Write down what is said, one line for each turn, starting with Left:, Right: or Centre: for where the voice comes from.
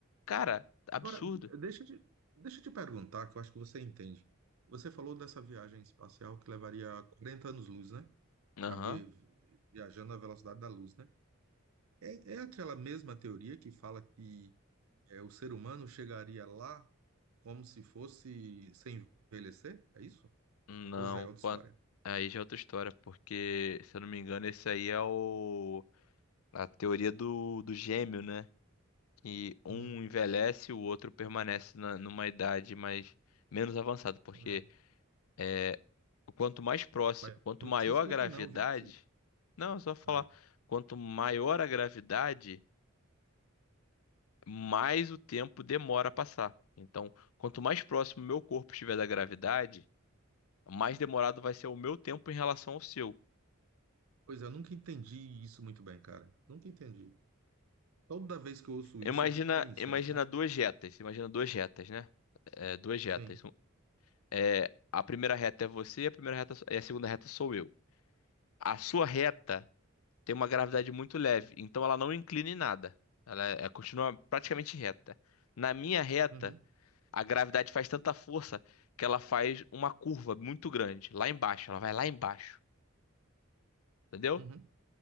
Left: Cara, absurdo.
Right: agora, deixa eu te, deixa eu te perguntar, que eu acho que você entende. Você falou dessa viagem espacial que levaria 40 anos-luz, né?
Left: Aham.
Right: Da vi- viajando à velocidade da luz, né? É, é aquela mesma teoria que fala que é, o ser humano chegaria lá como se fosse sem envelhecer? É isso?
Left: Não,
Right: Ou já é outra
Left: quan-
Right: história?
Left: aí já é outra história, porque, se eu não me engano, esse aí é o a teoria do, do gêmeo, né? que um
Right: Hum,
Left: envelhece e o outro permanece na- numa idade mais menos avançada, porque
Right: é.
Left: é, quanto mais próximo,
Right: Mas
Left: quanto
Right: não
Left: maior
Right: precisa explicar,
Left: a gravidade,
Right: não, viu? Não precisa.
Left: não, é só falar,
Right: Ah,
Left: quanto maior a gravidade, mais o tempo demora a passar. Então, quanto mais próximo o meu corpo estiver da gravidade, mais demorado vai ser o meu tempo em relação ao seu.
Right: Pois é, eu nunca entendi isso muito bem, cara. Nunca entendi. Toda vez que eu ouço isso,
Left: Imagina,
Right: eu fico pensando,
Left: imagina
Right: sabe?
Left: duas retas, imagina duas retas, né? É, duas retas.
Right: Sim.
Left: Um- É, a primeira reta é você, a primeira reta e a segunda reta sou eu. A sua reta tem uma gravidade muito leve, então ela não inclina em nada. Ela é- continua praticamente reta. Na minha reta,
Right: Uhum,
Left: a gravidade faz tanta força que ela faz uma curva muito grande, lá embaixo. Ela vai lá embaixo, entendeu?
Right: uhum,